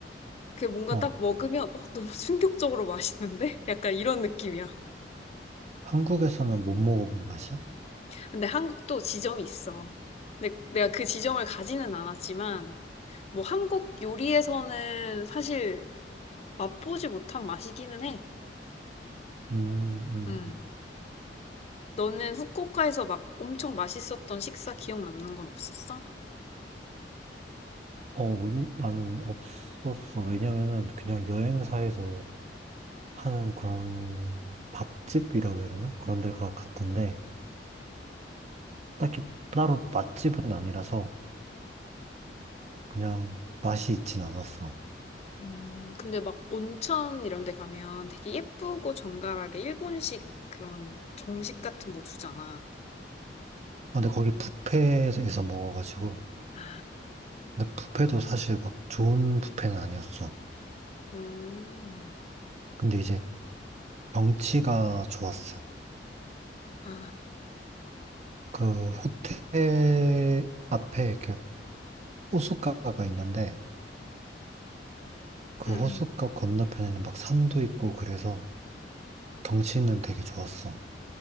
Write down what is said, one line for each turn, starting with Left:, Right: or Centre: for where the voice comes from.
Left: 그게 뭔가
Right: 어,
Left: 딱 먹으면 어, 너무 충격적으로 맛있는데? <laughs> 약간 이런 느낌이야.
Right: 한국에서는 못 먹어본 맛이야?
Left: 근데 한국도 지점이 있어. 근데 내가 그 지점을 가지는 않았지만 뭐 한국 요리에서는 사실 맛보지 못한 맛이기는 해.
Right: 음, 음.
Left: 음. 너는 후쿠오카에서 막 엄청 맛있었던 식사 기억 남는 건 없었어?
Right: 어, 우리, 나는 없었어. 왜냐면은 그냥 여행사에서 하는 그런 밥집이라고 해야 되나? 그런 데가 같은데, 딱히 따로 맛집은 아니라서 그냥 맛이 있진 않았어.
Left: 음, 근데 막 온천 이런 데 가면 되게 예쁘고 정갈하게 일본식 그런 정식 같은 거 주잖아.
Right: 아, 근데 거기 뷔페에서 먹어가지고,
Left: 아,
Right: 근데 뷔페도 사실 막 좋은 뷔페는 아니었어.
Left: 음,
Right: 근데 이제 경치가 좋았어.
Left: 아,
Right: 그 호텔 앞에 이렇게 호숫가가 있는데, 그
Left: 음,
Right: 호숫가
Left: 음,
Right: 건너편에는 막 산도 있고 그래서 경치는 되게 좋았어.